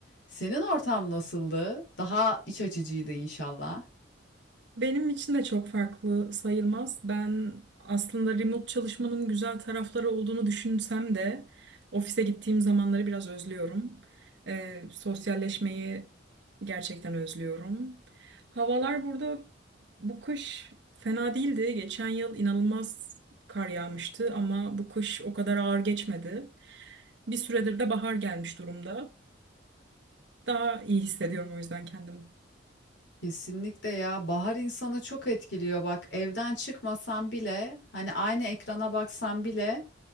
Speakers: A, on the left; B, on the right.
A: Senin ortam nasıldı? Daha iç açıcıydı inşallah.
B: Benim için de çok farklı sayılmaz. Ben aslında remote çalışmanın güzel tarafları olduğunu düşünsem de ofise gittiğim zamanları biraz özlüyorum. Ee, sosyalleşmeyi gerçekten özlüyorum. Havalar burada bu kış fena değildi. Geçen yıl inanılmaz kar yağmıştı ama bu kış o kadar ağır geçmedi. Bir süredir de bahar gelmiş durumda. Daha iyi hissediyorum o yüzden kendimi.
A: Kesinlikle ya bahar insanı çok etkiliyor bak evden çıkmasan bile hani aynı ekrana baksan bile